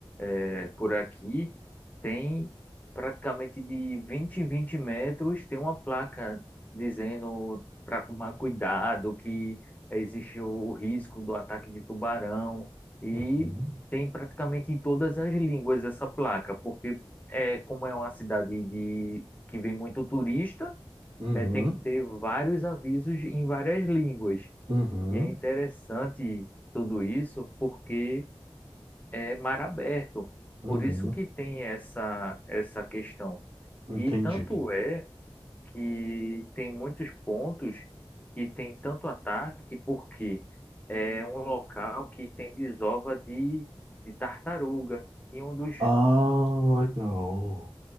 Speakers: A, on the left; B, on the right.
A: é, por aqui, tem praticamente de 20 em 20 metros, tem uma placa dizendo para tomar cuidado, que existe o risco do ataque de tubarão. E
B: Uhum,
A: tem praticamente em todas as línguas essa placa, porque é, como é uma cidade de, que vem muito turista
B: uhum,
A: é, tem que ter vários avisos em várias línguas.
B: uhum,
A: E é interessante tudo isso porque é mar aberto.
B: uhum.
A: Por isso que tem essa, essa questão.
B: Entendido.
A: E tanto é que tem muitos pontos que tem tanto ataque porque é um local que tem desova de, de tartaruga. E um dos,
B: Ah, legal.